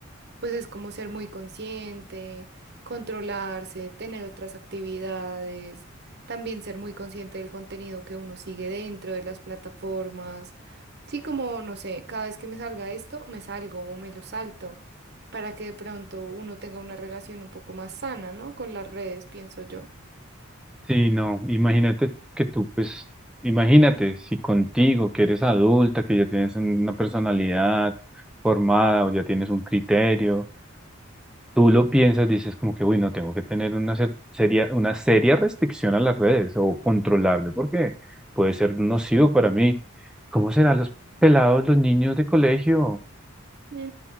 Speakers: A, on the right (about 55°); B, in the centre.
A: Pues es como ser muy consciente, controlarse, tener otras actividades, también ser muy consciente del contenido que uno sigue dentro de las plataformas. Sí, como, no sé, cada vez que me salga esto, me salgo o me lo salto, para que de pronto uno tenga una relación un poco más sana, ¿no? Con las redes, pienso yo.
B: Sí, no, imagínate que tú, pues, imagínate si contigo, que eres adulta, que ya tienes una personalidad formada o ya tienes un criterio, tú lo piensas, dices como que, uy, no, tengo que tener una cer- seria, una seria restricción a las redes o controlarme porque puede ser nocivo para mí. ¿Cómo serán los pelados, los niños de colegio?
A: Mm,